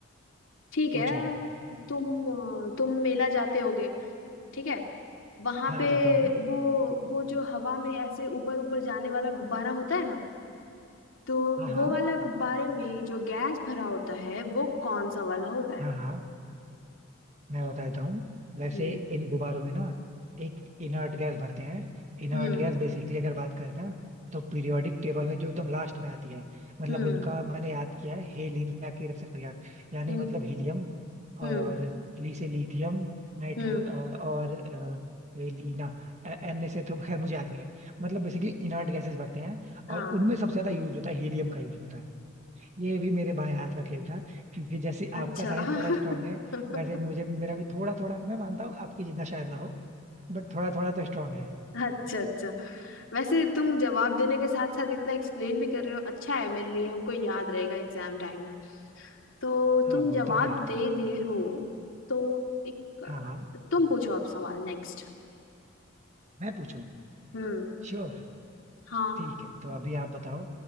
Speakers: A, on the left (about 70°); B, on the right (about 35°).
A: ठीक
B: पूछो
A: है तुम तुम मेला जाते होगे ठीक है वहां
B: हाँ
A: पे
B: जाता हूँ
A: वो वो जो हवा में ऐसे ऊपर ऊपर जाने वाला गुब्बारा होता है ना तो
B: हाँ हाँ
A: वो वाला गुब्बारे में जो गैस भरा होता है वो कौन सा वाला होता है
B: हाँ हाँ मैं बता देता हूँ वैसे
A: हम्म
B: इन गुब्बारों में ना एक इनर्ट गैस भरते हैं इनर्ट
A: हम्म
B: गैस बेसिकली अगर बात करें ना तो पीरियोडिक टेबल में जो एकदम लास्ट में आती है मतलब
A: हम्म
B: उनका मैंने याद किया है हेलिना की तरफ से फरियाद यानी
A: हम्म
B: मतलब हीलियम
A: हम्म
B: और ली से लिथियम नाइट्रो
A: हम्म
B: अ, और अ, वे लीना एन से तो खैर मुझे याद नहीं है मतलब बेसिकली इनर्ट गैसेस भरते हैं और
A: हाँ
B: उनमें सबसे ज्यादा यूज होता है हीलियम का यूज होता है ये भी मेरे बाएं हाथ का खेल था क्योंकि जैसे
A: अच्छा
B: आपका साइंस
A: <laughs>
B: थोड़ा स्ट्रांग है वैसे मुझे मेरा भी थोड़ा थोड़ा मैं मानता हूँ आपके जितना शायद ना हो बट थोड़ा थोड़ा तो स्ट्रांग है
A: अच्छा अच्छा वैसे तुम जवाब देने के साथ साथ इतना एक्सप्लेन भी कर रहे हो अच्छा है मेरे लिए हमको याद रहेगा एग्जाम टाइम में तो
B: हाँ
A: तुम
B: वो
A: जवाब
B: तो है यार
A: दे दिए हो तो एक
B: हाँ
A: अ, तुम पूछो अब सवाल नेक्स्ट
B: मैं पूछूं
A: हम्म
B: श्योर
A: हाँ
B: ठीक है तो अभी आप बताओ